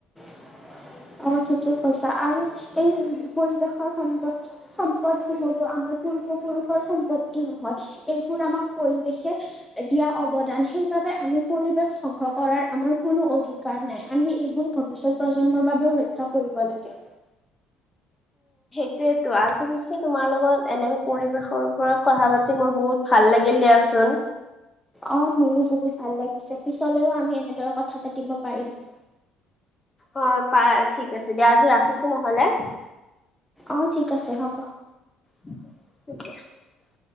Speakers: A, in the centre; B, on the left.
A: <inaudible> অ ঠিকেই কৈছা আৰু এই পৰিৱেশৰ সম্পদ সম্পদ সমূহো আমাৰ পু পূ্ৰ্বপুৰুষৰ সম্পত্তি নহয়, এইবোৰ আমাক পৰিৱেশে দিয়া অৱদান সেইবাবে আমি পৰিৱেশ ধংস কৰাৰ আমাৰ কোনো অধিকাৰ নাই। আমি এইবোৰ ভৱিষ্যত প্ৰজন্মৰ বাবেও ৰক্ষা কৰিব লাগে।
B: এইটোৱেইতো, আজি পিছে তোমাৰ লগত এনে পৰিৱেশৰ ওপৰত কথা পাতি মোৰ বহুত ভাল লাগিল দিয়াচোন।
A: অ', মোৰো বহুত ভাল লাগিছে পিছলৈও আমি এনেদৰে কথা পাতিব পাৰিম। <inaudible>
B: অ', পাৰ ঠিক আছে দিয়া, আজি ৰাখিছো নহলে।
A: অ', ঠিক আছে হ'ব।
B: <unintelligible>